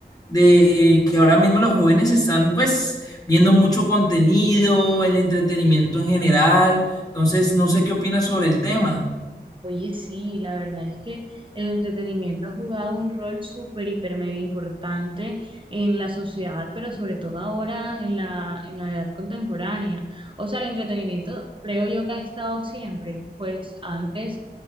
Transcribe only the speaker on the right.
Oye, sí, la verdad es que el entretenimiento ha jugado un rol súper, hiper, mega importante en la sociedad, pero sobre todo ahora en la, en la edad contemporánea. O sea, el entretenimiento creo yo que ha estado siempre. Pues antes,